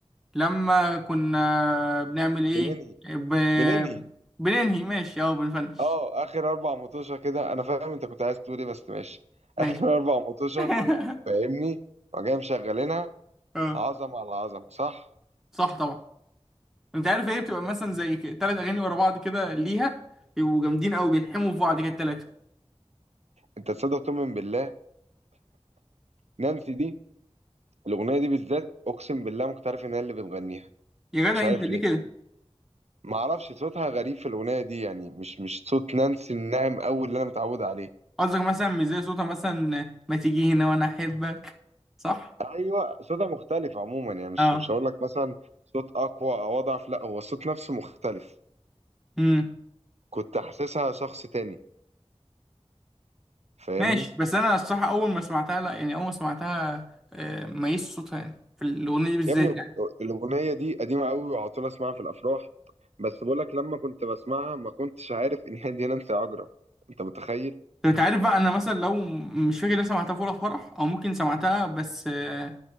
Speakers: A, in the centre; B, on the right.
A: لما كنا بنعمل ايه؟
B: بننهي
A: ب...
B: بننهي
A: بننهي ماشي او بنفنش
B: اه اخر اربع مطوشه كده انا فاهم انت كنت عايز تقول ايه بس ماشي <laughs>
A: ماشي
B: اخر اربع مطوشه
A: <laughs>
B: فاهمني وجاي مشغلينها
A: اه
B: عظمه على عظمه صح
A: صح طبعا انت عارف ايه بتبقى مثلا زي ثلاث اغاني ورا بعض كده ليها يبقوا جامدين قوي بيلحموا في بعض كده التلاتة
B: انت تصدق تؤمن بالله نانسي دي الاغنيه دي بالذات اقسم بالله ما كنت عارف ان هي اللي بتغنيها
A: يا جدع
B: مش عارف
A: انت ليه
B: ليه
A: كده؟
B: ما اعرفش صوتها غريب في الاغنيه دي يعني مش مش صوت نانسي الناعم قوي اللي انا متعود عليه
A: قصدك مثلا مش زي صوتها مثلا ما تيجي هنا وانا احبك صح
B: ايوه صوتها مختلف عموما يعني مش
A: اه
B: مش هقول لك مثلا صوت اقوى او اضعف لا هو الصوت نفسه مختلف
A: امم
B: كنت حاسسها شخص تاني فاهمني
A: ماشي بس انا الصراحه اول ما سمعتها لا يعني اول ما سمعتها آه، ميزت صوتها يعني في الاغنيه دي بالذات
B: يا ابني
A: يعني
B: الاغنيه دي قديمه قوي وعلى طول اسمعها في الافراح بس بقول لك لما كنت بسمعها ما كنتش عارف ان هي دي نانسي عجرم انت متخيل
A: طب انت عارف بقى انا مثلا لو مش فاكر انا سمعتها في ولا فرح او ممكن سمعتها بس آه،